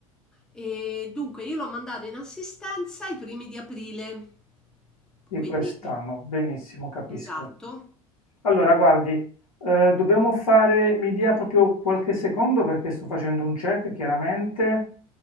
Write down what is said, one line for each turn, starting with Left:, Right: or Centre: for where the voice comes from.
Centre: E dunque io l'ho mandato in assistenza i primi di aprile.
Left: Di
Centre: Quindi
Left: quest'anno.
Centre: il-
Left: Benissimo, capisco.
Centre: esatto.
Left: Allora, guardi, eh, dobbiamo fare, mi dia proprio qualche secondo perché sto facendo un check, chiaramente.